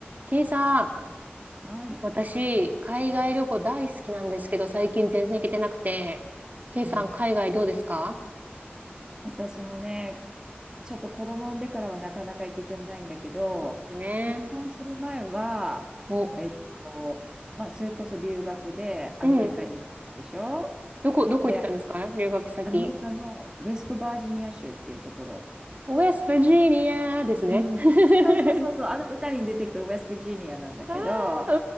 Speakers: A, on the right (about 40°); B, on the right (about 15°).
A: ケイさん、
B: はい。
A: 私、海外旅行大好きなんですけど、最近全然行けてなくて。ケイさん、
B: うん。
A: 海外どうですか
B: 私もね、ちょっと子供産んでからはなかなか行けてないんだけど、
A: そうですよね。
B: 結婚する前は、
A: お、
B: えっと、まあ、それこそ留学でアメリカに行ったでしょ
A: うん。どこ、どこ行ってたんですか留学先。
B: で、アメリカのウェストバージニア州っていうところ。
A: ウェストバージニアですね。
B: うん。
A: <laughs>
B: そうそうそうそう、あの歌に出てくるウェストバージニアなんだけど、
A: あ
B: あ
A: あ、